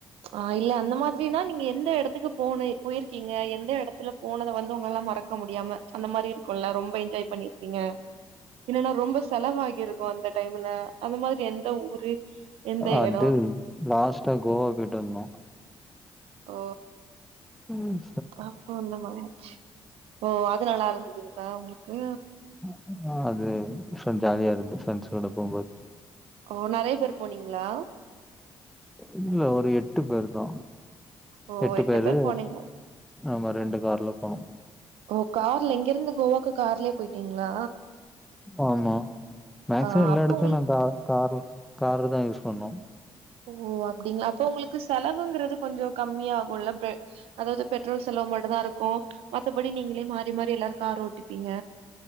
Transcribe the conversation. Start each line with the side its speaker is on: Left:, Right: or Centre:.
Right: ஆ இல்ல அந்த மாதிரனா நீங்க எந்த இடத்துக்கு போன போயிருக்கீங்க எந்த இடத்துக்கு ச்சு வத்துல போனத வந்து உங்களால மறக்க முடியாம அந்த மாரி இருக்குல்ல ரொம்ப என்ஜாய் பண்ணியிருபீங்க இல்லன்னா ரொம்ப செலவாகி இருக்கு அந்த டைம்ல அந்த மாரி எந்த ஊரு எந்த
Centre: அது
Right: எடோ
Centre: லாஸ்டா கோவா போயிட்டு வந்தோ
Right: ஒ
Centre: ம்
Right: அப்போ அந்த மாரிச்சு ஓ அதுனல்லா இருந்ததுங்களா உங்களுக்கு
Centre: ம் அது டிஃபரென்ட் ஜாலியா இருந்தது ஃப்ரெண்ட்ஸ் கூட போகும்போது
Right: ஓ நெறையா பேர் போனீங்களா
Centre: இல்ல ஒரு எட்டு பேரு தா
Right: ஓ
Centre: எட்டு பேரு
Right: பேர் போனீங்க
Centre: ஆமா ரெண்டு கார்ல போனோம்
Right: ஓ கார்ல இங்க இருந்து கோவாக்கு கார்லயே போயிட்டீங்களா
Centre: ஆமா மேக்சிமம்
Right: ஆ
Centre: எல்லா
Right: அப்ப
Centre: இடத்தையு
Right: உங்களுக்கு
Centre: நான்தா கார்ல காரு தா யூஸ் பண்ணோம்
Right: ஓ அப்டிங்களா அப்ப உங்களுக்கு செலவுங்கிறது கொஞ்சோ கம்மிய ஆகும்ல்ல பெ அதாவது பெட்ரோல் செலவு மட்டு தா இருக்கு மத்தபடி நீங்களே மாறி மாறி எல்லாரு கார் ஓட்டிப்பீங்க